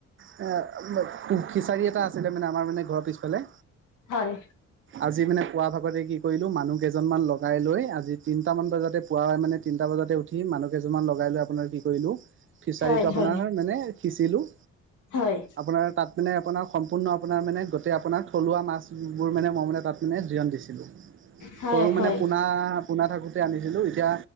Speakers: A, on the right; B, on the left.
A: ফিচাৰী এটা আছিলে মানে আমাৰ মানে ঘৰৰ পিছফালে।
B: হয়।
A: আজি মানে পুৱা ভাগতে কি কৰিলো মানুহ কেইজনমান লগাই লৈ আজি তিনটা মান বজাতে পুৱাই মানে তিনটা বজাতে উঠি মানুহ কেইজনমান লগাই লৈ আপোনাৰ কি কৰিলো ফিচাৰীটো
B: হয় হয়
A: আপোনাৰ মানে সিঁচিলো।
B: হয়।
A: আপোনাৰ তাত মানে আপোনাৰ সম্পূৰ্ণ আপোনাৰ মানে গোটেই আপোনাৰ থলুৱা মাছবোৰ মানে মই মানে তাত মানে জিৰণ দিছিলোঁ।
B: হয়
A: সৰু
B: হয়
A: মানে পোনা, পোনা থাকোঁতে আনিছিলোঁ, এতিয়া